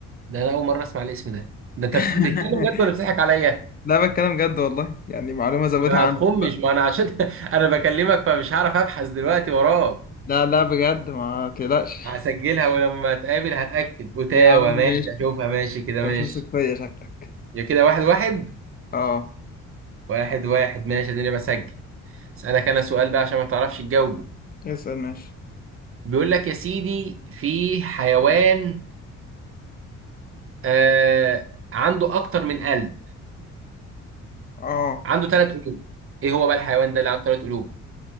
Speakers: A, on the right; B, on the left.
A: ده أنا أول مرة أسمع الاسم ده ده أنت
B: <laughs>
A: بت- بتتكلم جد ولا بتضحك عليا؟
B: لا بتكلم جد والله يعني معلومة زودها
A: ما
B: عندك
A: تخمش
B: بقى
A: ما انا عشان <laughs> انا بكلمك فمش هعرف ابحث دلوقتي وراك
B: لا لا بجد ما تقلقش
A: هسجلها ولما اتقابل هتاكد اوتاوا
B: يا عم ماشي
A: ماشي اشوفها ماشي كده ماشي
B: انت مش واثق فيا شكلك
A: يا كده واحد واحد
B: اه
A: واحد واحد ماشي اديني بسجل اسالك انا سؤال بقى عشان ما تعرفش تجاوبه
B: اسأل ماشي
A: بيقول لك يا سيدي في حيوان آه عنده اكتر من قلب
B: اه
A: عنده ثلاث قلوب ايه هو بقى الحيوان ده اللي عنده ثلاث قلوب